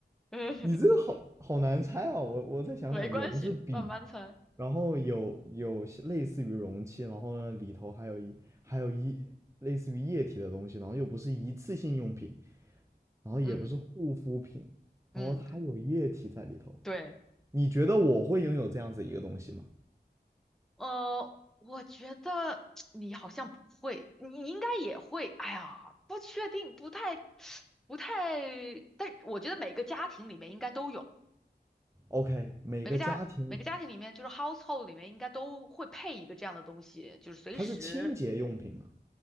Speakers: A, in the centre; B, on the right.
A: 嗯，
B: 你这个好好难猜啊！我我再想想，
A: 没关系，
B: 也不是笔，
A: 慢慢猜，
B: 然后有有类似于容器，然后呢里头还有一还有一类似于液体的东西，然后又不是一次性用品，然后也不是护肤品，
A: 嗯嗯，
B: 然后它有液体在里头。
A: 对。
B: 你觉得我会拥有这样子一个东西吗
A: 呃，我觉得 <tsk> 你好像不会，你你应该也会。哎呀，不确定，不太，不太。但我觉得每个家庭里面应该都有，
B: ？OK，每个家庭
A: 每个家每个家庭里面就是 household 里面应该都会配一个这样的东西，就是随时，
B: 它是清洁用品吗？